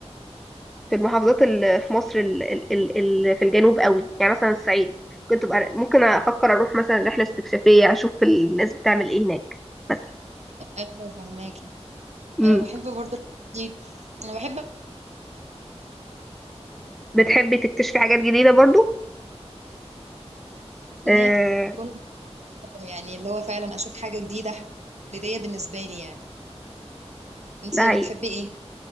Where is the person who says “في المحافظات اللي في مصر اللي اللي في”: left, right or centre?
Centre